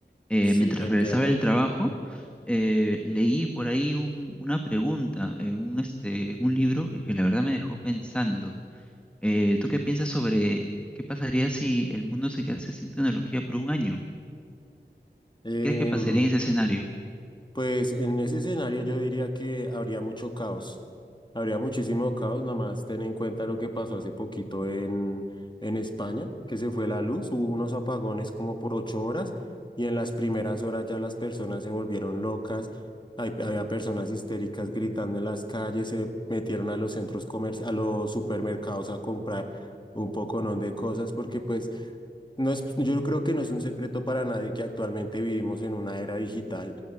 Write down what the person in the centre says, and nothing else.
Eh,
mientras
regresaba del trabajo, eh, leí por ahí un- una pregunta en un, este, un libro que la verdad me dejó pensando. Eh, ¿tú qué piensas sobre qué pasaría si el mundo se quedase sin tecnología por un año?
¿Qué crees que pasaría en ese escenario?